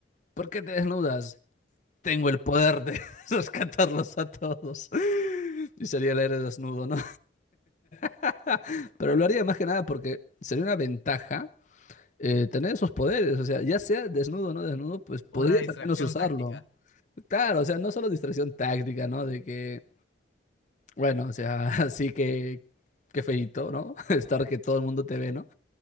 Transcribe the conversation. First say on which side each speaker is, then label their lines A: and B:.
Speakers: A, on the left; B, on the left.
A: ¿por qué te desnudas? Tengo el poder de <laughs> rescatarlos a todos. Y sería el héroe desnudo, ¿no? <laughs> Pero lo haría más que nada porque sería una ventaja eh, tener esos poderes. O sea, ya sea desnudo o no desnudo, pues podrías
B: Una distracción
A: al menos usarlo.
B: táctica.
A: Claro, o sea, no solo distracción táctica, ¿no? De que bueno, o sea, <laughs> así que qué feíto, ¿no? <laughs> Estar que todo el mundo te ve, ¿no?